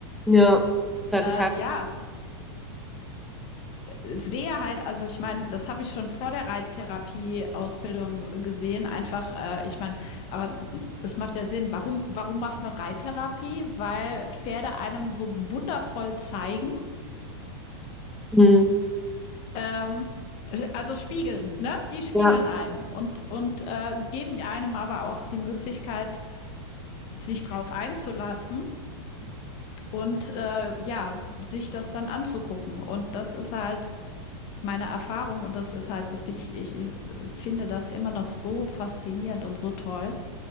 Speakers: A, in the centre; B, on the left.
A: ja, ist halt ein
B: Äh,
A: Teil.
B: ja, sehe halt, also ich meine, das habe ich schon vor der Reittherapie-Ausbildung gesehen, einfach, äh, ich meine, aber es macht ja Sinn, warum, warum macht man Reittherapie? Weil Pferde einem so wundervoll zeigen,
A: Mhm.
B: ähm, also spiegeln, ne? Die spiegeln
A: Ja,
B: einen und, und äh, geben einem aber auch die Möglichkeit, sich drauf einzulassen und äh, ja, sich das dann anzugucken. Und das ist halt meine Erfahrung und das ist halt wirklich, ich, ich finde das immer noch so faszinierend und so toll.